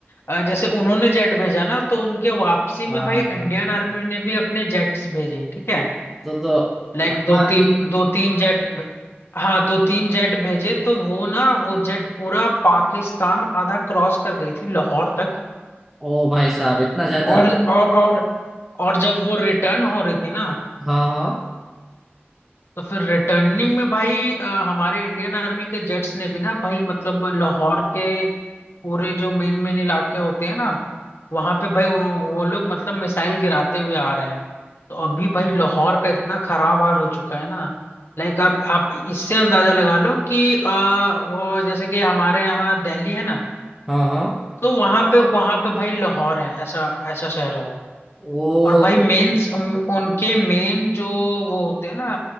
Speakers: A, on the left; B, in the centre.
A: अ, जैसे उन्होंने जेट भेजा ना तो उनके वापसी में
B: हाँ
A: भाई इंडियन आर्मी ने भी अपने जेट्स भेजे ठीक है
B: तो तो
A: लाइक
B: हमारी
A: दो तीन दो तीन जेट हाँ दो तीन जेट भेजे तो वो ना वो जेट पूरा पाकिस्तान आधा क्रॉस कर गई थी लाहौर तक
B: ओ भाई साहब इतना ज्यादा
A: और और और और जब वो रिटर्न हो रही थी ना
B: हाँ हाँ
A: तो फिर रिटर्निंग में भाई अ, हमारे इंडियन आर्मी के जेट्स ने भी ना भाई मतलब लाहौर के पूरे जो मेन मेन इलाके होते हैं ना वहां पे भाई उन- वो लोग मतलब मिसाइल गिराते हुए आ रहे हैं तो अभी भाई लाहौर का इतना खराब हाल हो चुका है ना लाइक आप आप इससे अंदाजा लगा लो कि आ, वो जैसे कि हमारे यहाँ दिल्ली है ना
B: हाँ हाँ
A: तो वहां पे वहां पे भाई लाहौर है ऐसा ऐसा शहर है वो
B: वो
A: और भाई मेन उनके मेन जो वो होते हैं ना